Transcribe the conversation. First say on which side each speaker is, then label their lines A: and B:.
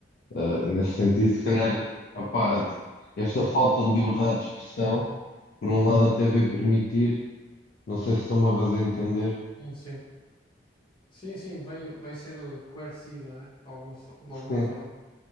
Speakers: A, on the left; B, on the left.
A: Uh, nesse sentido, se calhar, opá, esta falta de liberdade de expressão, por um lado, até veio permitir, não sei se estou-me a fazer entender.
B: sim, sim, sim, sim, vai, vai ser coerciva, né? De alguma, fo- de alguma
A: Sim.
B: forma.